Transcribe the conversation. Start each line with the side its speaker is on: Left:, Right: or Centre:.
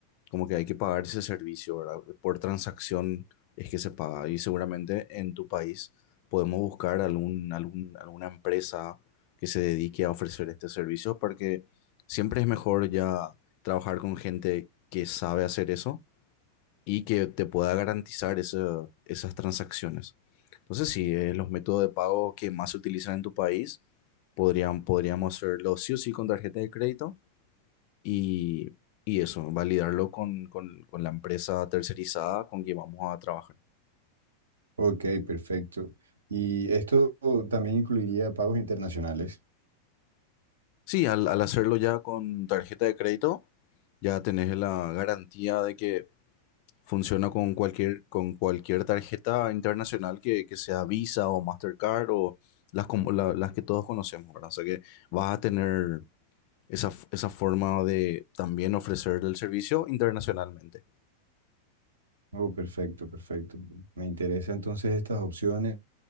Left: como que hay que pagar ese servicio, ¿verdad? Por transacción es que se paga. Y seguramente en tu país podemos buscar algún, algún, alguna empresa que se dedique a ofrecer este servicio, porque siempre es mejor ya trabajar con gente que sabe hacer eso y que te pueda garantizar esa- esas transacciones. Entonces, sí, eh, los métodos de pago que más se utilizan en tu país podrían, podríamos hacerlo sí o sí con tarjeta de crédito y, y eso, validarlo con, con- con la empresa tercerizada con que vamos a trabajar.
Right: Ok, perfecto. Y esto también incluiría pagos internacionales.
Left: Sí, al, al hacerlo ya con tarjeta de crédito, ya tenés la garantía de que funciona con cualquier, con cualquier tarjeta internacional que, que sea Visa o Mastercard o las, como- la- las que todos conocemos, ¿verdad? O sea que vas a tener esa, f- esa forma de también ofrecer el servicio internacionalmente.
Right: Oh, perfecto, perfecto. Me interesan entonces estas opciones,